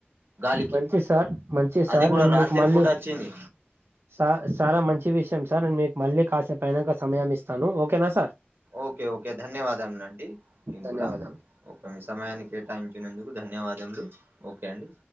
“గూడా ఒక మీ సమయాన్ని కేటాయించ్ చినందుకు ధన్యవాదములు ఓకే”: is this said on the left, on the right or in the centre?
Right